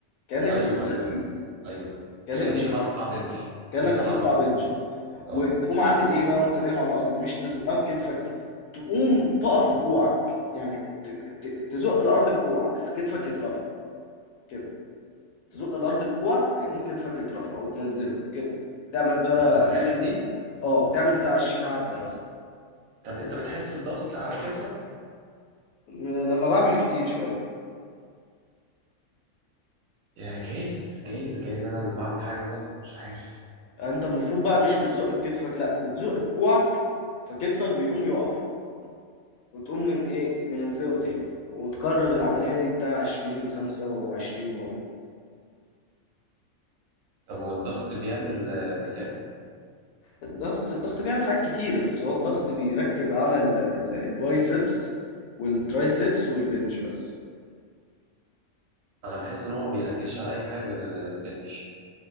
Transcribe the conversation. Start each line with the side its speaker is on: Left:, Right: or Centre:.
Left: كانك
Right: ايوه
Left: بتشيل
Right: ايوه
Left: حديد
Right: ايوه
Left: كانك
Right: كاني
Left: بتشيل
Right: هرفع بنش كاني
Left: كانك
Right: بلعب
Left: هترفع بنج
Right: اه
Left: وتقوم عامل ايه بقى وانت نايم على الارض مش تزقها بكتفك تقوم تقف بكوعك يعني ت- ت- تزق الارض بكوعك فكتفك يترفع كده تزق الارض بكوعك فيقوم كتفك يترفع وتنزله كده تعمل بقى
Right: انت بتعمل دي
Left: اه تعمل بتاع 20 عدة مثلا
Right: طب انت بتحس بضغط على كتفك
Left: م- لما بعمل كتير شوية
Right: يا جايز جايز جايز انا اللي بعمل حاجه غلط مش عارف
Left: يعني انت المفروض بقى مش بتزق بكتفك لا بتزق بكوعك فكتفك بيقوم يقف وتقوم من ايه منزله تاني وتكرر العملية دي بتاع 20 25 مرة
Right: طب هو الضغط بيعمل آه، كتاف
Left: الضغط الضغط بيعمل حاجات كتير بس هو الضغط بيركز على ال- ال- البايسبس والترايسبس والبنج بس
Right: انا بحس ان هو ما بيركزش على اي حاجه غير البنش